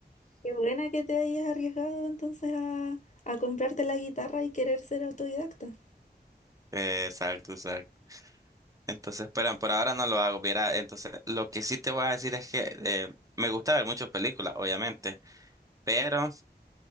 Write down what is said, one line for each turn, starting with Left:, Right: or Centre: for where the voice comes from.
Left: qué buena que te hayas arriesgado entonces a, a comprarte la guitarra y querer ser autodidacta.
Right: Eh, exacto, exacto. Entonces, pero por ahora no lo hago. Viera, entonces, lo que sí te voy a decir es que eh, me gusta ver muchas películas, obviamente, pero